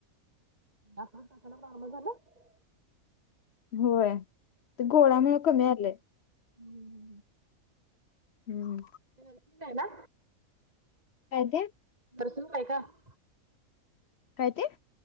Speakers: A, on the right; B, on the left.
A: <unintelligible>
B: होय, ते गोळ्यांमुळे कमी आलेय.
A: हम्म
B: हम्म
A: आहे ना.
B: काय तेे?
A: <unintelligible>
B: काय ते?